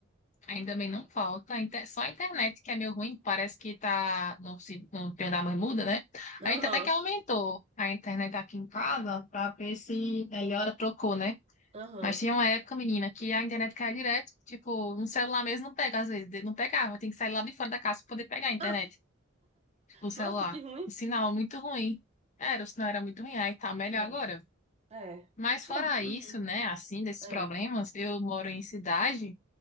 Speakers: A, on the left; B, on the right.
A: ainda bem não falta. A inter- Só a internet que é meio ruim, parece que tá no, se- no pior da bermuda, né?
B: Aham,
A: A gente até que aumentou a internet aqui em casa pra ver se melhora, trocou, né?
B: aham.
A: Mas tinha uma época, menina, que a internet caía direto, tipo, um celular mesmo não pega, às vezes, não pegava, tem que sair lá de fora da casa pra poder pegar a internet,
B: Ah,
A: o celular.
B: nossa, que ruim.
A: O sinal muito ruim. Era, o sinal era muito ruim, aí tá melhor
B: É,
A: agora.
B: é,
A: Mas fora
B: Não, uhum,
A: isso, né, assim, desses
B: é,
A: problemas, eu moro em cidade.